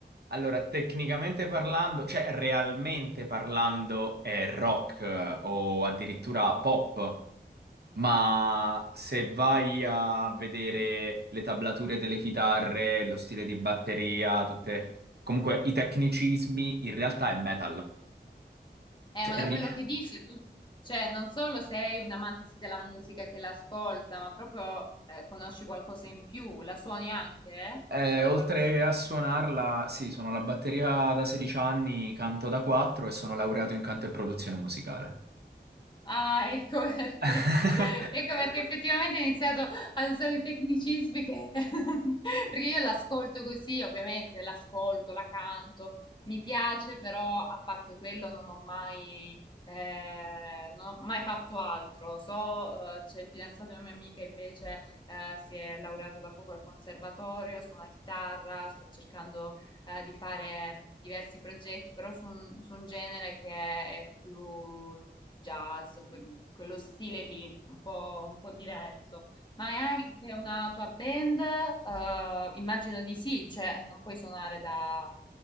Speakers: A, on the right; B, on the left.
A: Allora, tecnicamente parlando, cioè realmente parlando, è rock eh, o addirittura pop. Ma se vai a vedere le tablature delle chitarre, lo stile di batteria, tutte... Comunque i tecnicismi, in realtà è metal.
B: Eh,
A: Cioè,
B: ma da
A: ri-
B: quello che dici, tu, cioè, non solo sei un amante sì della musica che l'ascolta, ma proprio eh, conosci qualcosa in più, la suoni anche, eh?
A: eh,
B: Suoni
A: oltre
B: qualche strumento.
A: a suonarla, sì, sono la batteria da 16 anni, canto da 4 e sono laureato in canto e produzione musicale.
B: Ah, ecco perché.
A: <laughs>
B: <laughs> Ecco perché effettivamente ho iniziato ad usare i tecnicismi che... <laughs> perché io l'ascolto così, ovviamente l'ascolto, la canto, mi piace, però a parte quello non ho mai, eh, non ho mai fatto altro. So, eh, c'è il fidanzato di una mia amica invece eh, si è laureato da poco al conservatorio, suona chitarra, sta cercando eh, di fare diversi progetti, però su un, su un genere che è più jazz, que- quello stile lì, un po', un po' diverso. Ma hai anche una tua band? Eh, immagino di sì, cioè non puoi suonare da,